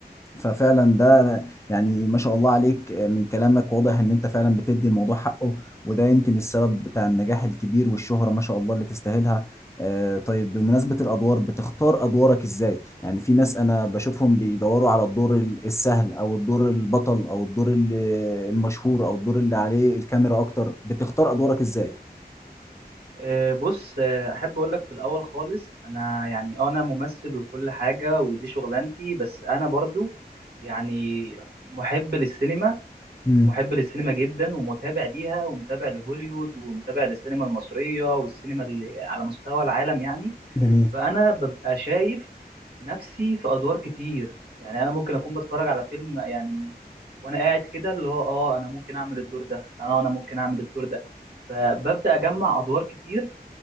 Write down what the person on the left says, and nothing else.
ففعلا ده يعني ما شاء الله عليك من كلامك واضح ان انت فعلا بتدي الموضوع حقه وده يمكن السبب بتاع النجاح الكبير والشهرة ما شاء الله اللي تستاهلها آه، طيب بمناسبة الأدوار بتختار أدوارك إزاي؟ يعني في ناس أنا بشوفهم بيدوروا على الدور ال- السهل أو الدور البطل أو الدور ال- المشهور أو الدور اللي عليه الكاميرا أكتر بتختار أدوارك إزاي؟
امم
جميل